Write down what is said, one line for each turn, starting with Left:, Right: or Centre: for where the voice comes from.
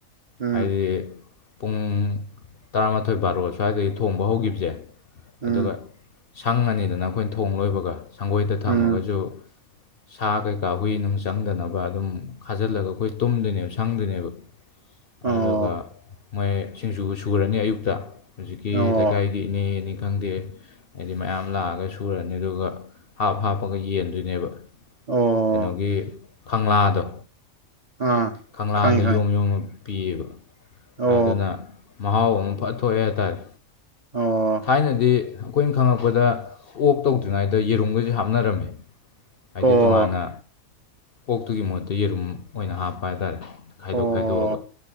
Right: ꯎꯝ
Left: ꯍꯥꯏꯗꯤ ꯄꯨꯡ ꯇꯔꯥꯃꯥꯊꯣꯏ ꯕꯥꯔꯣ ꯁ꯭ꯋꯥꯏꯗꯒꯤ ꯊꯣꯡꯕ ꯍꯧꯒꯤꯕꯁꯦ
Right: ꯎꯝ
Left: ꯑꯗꯨꯒ ꯁꯪꯉꯅꯤꯗꯅ ꯑꯩꯈꯣꯏꯅ ꯊꯣꯡ ꯂꯣꯏꯕꯒ ꯁꯪꯒꯣꯏꯗ ꯊꯝꯃꯒꯁꯨ
Right: ꯎꯝ
Left: ꯁꯥ ꯀꯩꯀꯥ ꯍꯨꯏ ꯅꯨꯡ ꯆꯪꯗꯅꯕ ꯑꯗꯨꯝ ꯈꯥꯖꯤꯜꯂꯒ ꯑꯩꯈꯣꯏ ꯇꯨꯝꯗꯣꯏꯅꯦꯕ ꯁꯪꯗꯣꯏꯅꯦꯕ꯫
Right: ꯑꯣ
Left: ꯑꯗꯨꯗꯨꯒ ꯃꯣꯏ ꯁꯤꯡꯖꯨ ꯁꯨꯔꯅꯤ ꯑꯌꯨꯛꯇ ꯍꯨꯖꯤꯛꯀꯤ
Right: ꯑꯣ
Left: ꯂꯩꯀꯥꯏ ꯒꯤ ꯏꯅꯦꯅꯤ ꯈꯪꯗꯦ꯫ ꯍꯥꯏꯗꯤ ꯃꯌꯥꯝ ꯂꯥꯛꯑꯒ ꯁꯨꯔꯅꯤ ꯑꯗꯨꯒ ꯍꯥꯞ ꯍꯥꯞꯄꯒ ꯌꯦꯟꯗꯣꯏꯅꯦꯕ꯫
Right: ꯑꯣ
Left: ꯀꯩꯅꯣꯒꯤ ꯈꯪꯂꯥꯗꯣ꯫
Right: ꯑꯥ
Left: ꯈꯪꯂꯥꯗ
Right: ꯈꯪꯉꯤ ꯈꯪꯉꯤ
Left: ꯌꯣꯝ ꯌꯣꯝꯃ ꯄꯤꯌꯦꯕ
Right: ꯑꯣ
Left: ꯑꯗꯨꯅ ꯃꯍꯥꯎ ꯑꯃ ꯐꯠ ꯊꯣꯛꯑꯦ ꯍꯥꯏꯇꯥꯔꯦ꯫
Right: ꯑꯣ
Left: ꯊꯥꯏꯅꯗꯤ ꯑꯈꯣꯏꯟ ꯈꯪꯉꯛꯄꯗ ꯑꯣꯛ ꯇꯧꯗ꯭ꯔꯤꯉꯩꯗ ꯌꯦꯔꯨꯝꯒꯁꯦ ꯍꯥꯞꯅꯔꯝꯃꯤ꯫ ꯍꯥꯏꯗꯤ
Right: ꯑꯣ
Left: ꯇꯣꯉꯥꯟꯅ ꯑꯣꯛꯇꯨꯒꯤ ꯃꯍꯨꯠꯇ ꯌꯦꯔꯨꯝ ꯑꯣꯏꯅ ꯍꯥꯞꯄ ꯍꯥꯏꯇꯥꯔꯦ꯫ ꯈꯥꯏꯗꯣꯛ
Right: ꯑꯣ
Left: ꯈꯥꯏꯗꯣꯛꯑꯒ